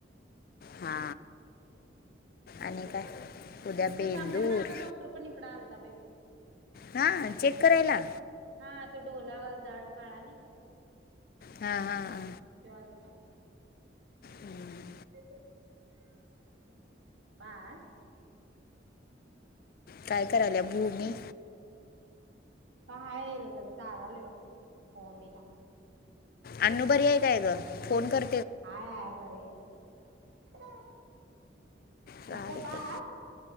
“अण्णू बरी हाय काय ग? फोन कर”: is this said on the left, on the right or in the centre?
Left